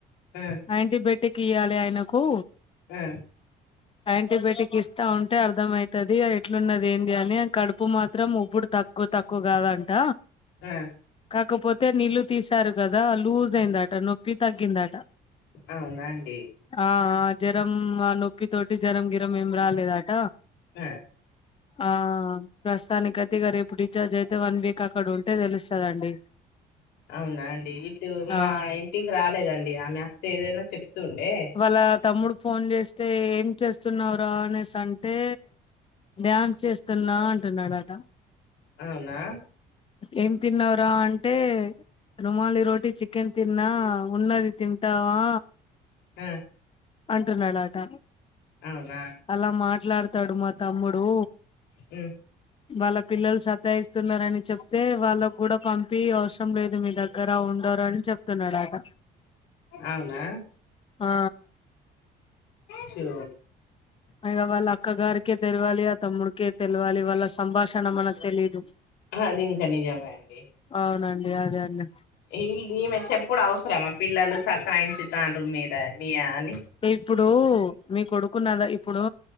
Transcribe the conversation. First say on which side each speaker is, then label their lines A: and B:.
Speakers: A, on the left; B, on the left.
A: హ్మ్
B: యాంటీబయటిక్ ఇయ్యాలి ఆయనకు
A: ఆ
B: <inaudible> యాంటీబయాటిక్ ఇస్తా ఉంటే అర్ధం అయ్తది ఎట్లున్నది ఏంది అని కడుపు మాత్రం ఉప్పుడు తక్కువ ఎక్కువ తక్కువ కాదంట
A: ఆ
B: కాకపోతే నీళ్లు తీశారు కదా లూజ్ అయిందట నొప్పి తగ్గిందాట
A: అవునాండి
B: ఆ ఆ జ్వరం ఆ నొప్పి తోటి జ్వరం గిరం ఏం రాలేదట
A: హ్
B: ఆ ప్రస్తుతానికైతే రేపు డిశ్చార్జ్ అయితే వన్ వీక్ అక్కడ ఉంటే తెలుస్తాదండి
A: అవునా అండి ఇటు మా
B: ఆ
A: ఇంటికి రాలేదండి ఆమె అస్తే ఏదైనా చెప్తుండే
B: వాళ్ళ తమ్ముడు ఫోన్ చేస్తే ఏం చేస్తున్నావ్రా అనేసి అంటే డ్యాన్స్ చేస్తున్నా అంటున్నాడాట
A: అవునా
B: ఏం తిన్నావ్ రా అంటే రుమాలి రోటీటి చికెన్ తిన్నా ఉన్నది తింటావా
A: హ్మ్
B: అంటున్నాడాట
A: అవునా
B: అలా మాట్లాడుతాడు మా తమ్ముడు
A: హ్మ్
B: వాళ్ళ పిల్లలు సతాయిస్తున్నారని చెప్తే వాళ్ళక్కూడా పంపి అవసరం లేదు మీ దగ్ గర ఉండరు అని చెప్తున్నాడాట
A: అవునా
B: ఆ
A: చె
B: అయ్యో వాళ్ళ అక్కగారికే తెలివాలి ఆ తమ్ముడికే తెలివాలి వాళ్ళ సంభాషణ మనకు తెలీదు
A: అది ఇంకా నిజమే అండి
B: అవునండి అదే అండి
A: వీల్ళు ఈమె చెప్పుడు అవసరమా పిల్లలు సతాయించుతాండ్రు మీరు మీ అని
B: ఇప్పుడు మీ కొడుకునాద్ ఇప్పుడు